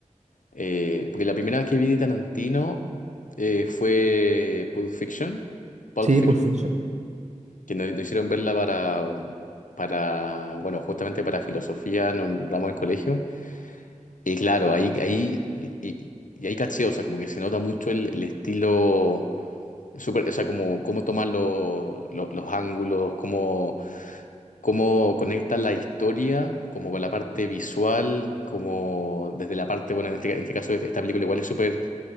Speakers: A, on the left; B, on the right.
A: eh, porque la primera vez que vi de Tarantino eh, fue Pulp Fiction. Pulp
B: sí,
A: Fiction.
B: Pulp Fiction.
A: Que nos, nos hicieron verla para, para. Bueno, justamente para filosofía, no un ramo del colegio. Y claro, ahí, ahí, y, y- y ahí caché, o sea, como que se nota mucho el, el estilo. súper- o sea, como cómo toman los los- los ángulos, cómo cómo conecta la historia, como con la parte visual, como desde la parte, bueno, en este, en este caso este- esta película igual es súper